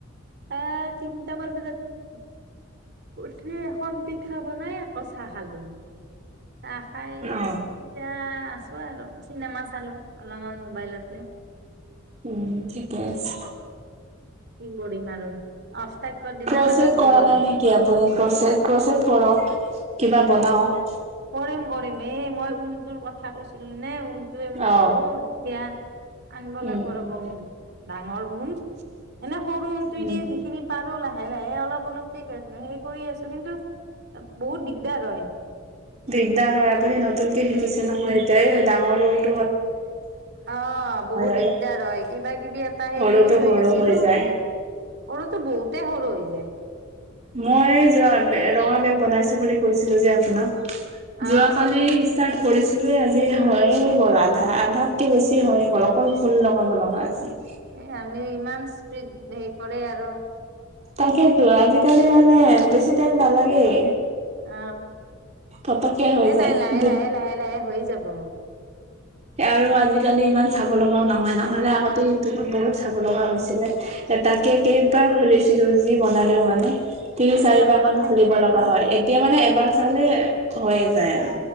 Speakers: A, on the right; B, on the right.
A: আহ তিনটামান বজাত উঠি এখন পিঠা বনাই আকৌ চাহ খালোন। চাহ খাই।
B: অ অ
A: এতিয়া আছো আৰু চিনেমা চালো অলপমান মোবাইলতে।
B: উম, ঠিকে আছে।
A: কি কৰিম আৰু অফ থাকিবৰ দিনাখনেও
B: ক্ৰছেট কৰা
A: বৰ
B: নাই
A: হৈ
B: নেকি
A: যাওঁ
B: আপুনি, ক্ৰছেট কৰক। কিবা বনাৱক।
A: কৰিম কৰিম এই মই ঊলটোৰ কথা কৈছিলো নে ঊল। সেইটোয়ে মোৰ
B: অ',
A: সৰু এতিয়া আনিব
B: উম,
A: লাগব ৰব
B: উম,
A: ডাঙৰ ওম সৰু উইন টো
B: উম।
A: যিখিনিত পাৰো লাহে লাহে অলপ অলপক হেৰি কৰি আছো কিন্তু বহুত দিগদাৰ হয়
B: দিগদাৰ হয় আপুনি নতুনকে
A: উম।
B: শিকিছে নহয় এতিয়াই ডাঙৰল
A: অ বহুত
B: আৰু
A: দিগদাৰ হয় কিবা কিবি এটা হে
B: সৰুটো
A: কৰি থৈ
B: সৰু
A: দিছিলো
B: হৈ
A: সৰুটো
B: যায়।
A: বহুতেই সৰু হৈ যায়
B: মই যোৱা ৰঙা বেগ বনাইছো বুলি কৈছিলো যে আপোনাক
A: অ
B: যোৱাকালি ষ্টাৰ্ট কৰিছিলোে আজি হৈয়ে গ'ল আধা আধাতকে বেছি হৈয়ে গ'ল অকল ফুল লগাব লগা আছে
A: এ আপনি ইমান স্পীড হে কৰে আৰু
B: তাকেইেতো আজিকালি সেয়া ই বেছি টাইম নালাগেই
A: অ
B: পতককে হৈ
A: সেই
B: যায়
A: নাই লাহে লাহে লাহে লাহে হৈ যাব
B: আৰু আজিকালি ইমান চাব লগাও নহয় নহলে আগতে ইউটিউবত বহুত চাব লগা হৈছিলে এ তাকে কেইবাৰ খুলিছিলো বনালেও মানে তিনি
A: এতিয়া
B: চাৰিবাৰ
A: মনত
B: মান
A: থাকি
B: খুলিব
A: যায়
B: লগা
A: যে
B: হয় এতিয়া মানে এবাৰ চালে হৈয়ে যায় আৰু